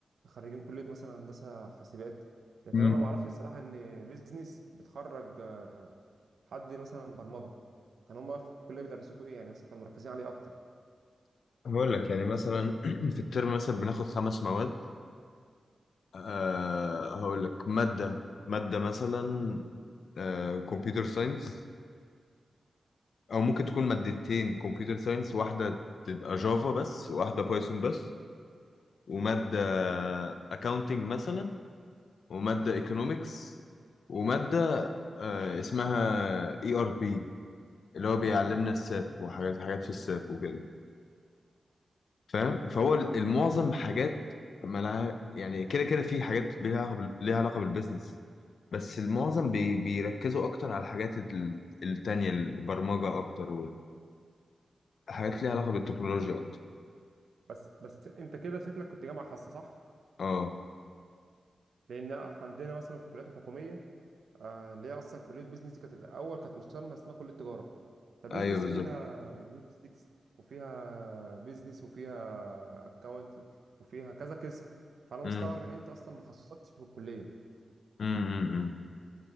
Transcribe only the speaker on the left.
مم.
هقول لك يعني مثلا <clears throat> في الترم مثلا بناخد خمس مواد أه هقول لك ماده ماده مثلا كمبيوتر ساينس او ممكن تكون مادتين كمبيوتر ساينس واحده تبقى جافا بس واحده بايثون بس وماده اكاونتنج مثلا وماده ايكونومكس وماده آه، اسمها اي ار بي اللي هو بيعلمنا الساب وحاجات حاجات في الساب وكده فاهم فهو المعظم
حاجات مالها يعني كده كده في حاجات ليها علاقه بال- ليها علاقة بالبيزنس بس المعظم بي بيركزوا اكتر على الحاجات ال- التانية البرمجه اكتر والحاجات ليها علاقه بالتكنولوجيا اكتر
اه
ايوه بالظبط
امم
امم امم